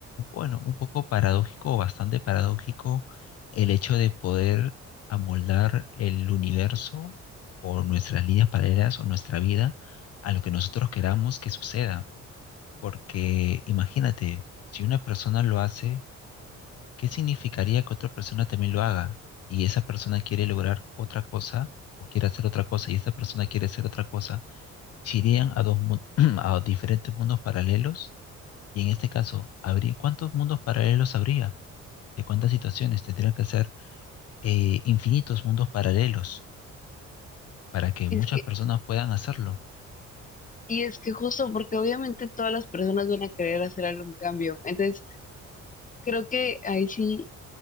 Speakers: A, on the left; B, on the left.
A: bueno, un poco paradójico o bastante paradójico el hecho de poder amoldar el universo o nuestras líneas paralelas o nuestra vida a lo que nosotros queramos que suceda. Porque imagínate, si una persona lo hace, ¿Qué significaría que otra persona también lo haga? Y esa persona quiere lograr otra cosa o quiere hacer otra cosa y esta persona quiere hacer otra cosa. ¿Se irían a dos mun- <clears throat> a diferentes mundos paralelos? Y en este caso, ¿habría cuántos mundos paralelos habría? ¿De cuántas situaciones? Tendrían que ser eh, infinitos mundos paralelos para que
B: Es
A: muchas
B: que,
A: personas puedan hacerlo.
B: y es que justo porque obviamente todas las personas van a querer hacer algún cambio. Entonces, creo que ahí sí